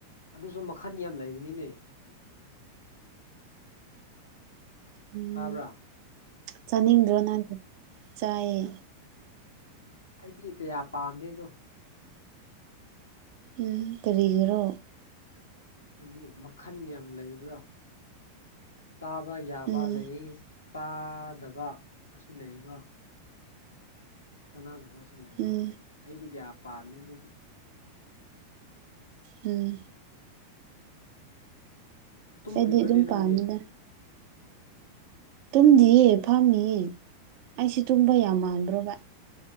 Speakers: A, on the left; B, on the right.
A: ꯑꯗꯨꯁꯨ ꯃꯈꯟ ꯌꯥꯝ ꯂꯩꯕꯅꯤꯅꯦ
B: ꯎꯝ
A: ꯇꯥꯕ꯭ꯔꯥ
B: ꯆꯥꯅꯤꯡꯗ꯭ꯔꯣ ꯅꯍꯥꯟ ꯆꯥꯏꯌꯦ
A: ꯑꯩꯗꯤ ꯀꯌꯥ ꯄꯥꯝꯃꯦꯗꯣ
B: ꯎꯝ ꯀꯔꯒ꯭ꯔꯣ
A: ꯍꯥꯏꯗꯤ ꯃꯈꯜ ꯌꯥꯝ ꯂꯩꯕꯗꯣ ꯆꯥꯕ ꯌꯥꯕ
B: ꯎꯝ
A: ꯂꯩ ꯇꯥꯗꯕ ꯑꯁꯤ ꯂꯩꯔꯤꯕꯕ ꯁꯅꯥꯗꯨ ꯈꯔꯁꯨ ꯂꯩꯔꯣ
B: ꯎꯝ
A: ꯑꯗꯣ ꯑꯩꯗꯤ ꯀꯌꯥ ꯄꯥꯝꯅꯤ ꯑꯗꯨꯗꯤ
B: ꯎꯝ
A: ꯇꯨꯝꯔꯤꯕꯅꯤ
B: ꯑꯩꯗꯤ ꯑꯗꯨꯝ
A: ꯅꯪꯒꯤ
B: ꯄꯥꯝꯃꯤꯗ ꯇꯨꯝꯗꯤꯌꯦ
A: ꯑꯣ
B: ꯐꯝꯃꯤꯌꯦ ꯑꯩꯁ ꯇꯨꯝꯕ ꯌꯥꯝ ꯃꯥꯟꯕ꯭ꯔꯣ ꯚ